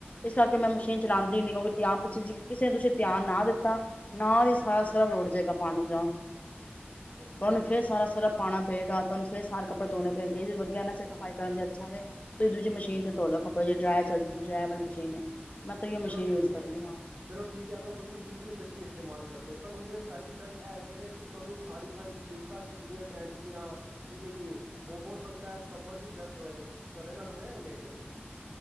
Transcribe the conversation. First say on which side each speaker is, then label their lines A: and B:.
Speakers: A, on the left; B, on the right.
A: ਇਸ ਕਰਕੇ ਮੈਂ ਮਸ਼ੀਨ
B: ਹਾਂਜੀ
A: ਚਲਾਉਂਦੀ ਹੀ ਨੀ ਕਿਉਂਕਿ ਆਪ ਅੱਛਾ ਜੀ। ਜੀਸੇ ਲੇ ਤੁਸੀਂ ਧਿਆਨ ਨਾ ਦਿੱਤਾ ਨਾਲ ਹੀ ਸਾਰਾ
B: ਜੀ
A: ਸਰਫ ਰੂੜ ਜਾਏਗਾ। ਪਾਣੀ ਦਾ
B: ਓਕੇ
A: ਤੁਹਾਨੂੰ ਫੇਰ ਸਾਰਾ ਸਰਫ ਪਾਉਣਾ ਪਏਗਾ, ਤੁਹਾਨੂੰ ਫੇਰ ਬਹਾਰ ਕੱੱਪੜੇ ਧੋਣੇ ਪਏਗੇਂ, ਏਹ ਭੀ ਵਧੀਆ ਹੇ ਨ ਫਿਰ, ਸਫ਼ਾਈ ਕਰਨ ਚ ਅੱਛਾ ਵੇ, ਤੁਸੀ ਦੂਜੀੇ ਮਸ਼ੀਨ ਚ ਧੋਲੋ ਕੱਪੜੇ ਜੇ ਡਰਾਯਰ ਚ ਡਰਾਯਰ ਵਾਲੀ ਮਸ਼ੀਨ ਹੈ। ਮੈਂ ਤਾਂ ਏਹੀਓ ਮਸ਼ੀਨ
B: ਚਲੋ ਠੀਕ
A: ਯੂਜ ਕਰਨੀ
B: ਹੈ,
A: ਆ
B: ਚਲੋ ਠੀਕ ਹੈ, ਅਗਰ ਤੁਸੀਂ ਦੂਸਰੀ ਮਸ਼ੀਨ ਇਸਤੇਮਾਲ ਕਰਦੇ ਹੋ ਪਰ ਉਹਦੇ ਸਾਈਡ ਇਫੈਕਟ ਇਹ ਹੈਗੇ ਨੇ, ਕਿ ਤੁਹਾਨੂੰ ਭਾਰੀ -ਭਾਰੀ ਜੀਨਸਾਂ ਚੁਗਣੀਆਂ ਪੈਣਗੀਆਂ ਠੀਕ ਹੈ ਜੀ, ਉਹ ਹੋ ਸਕਦਾ ਹੈ ਕਮਰ ਵੀ ਦਰਦ ਹੋਏ, ਤੁਹਾਡੇ ਨਾਲ ਹੋਇਆ ਇਵੇਂ ਕਦੀ।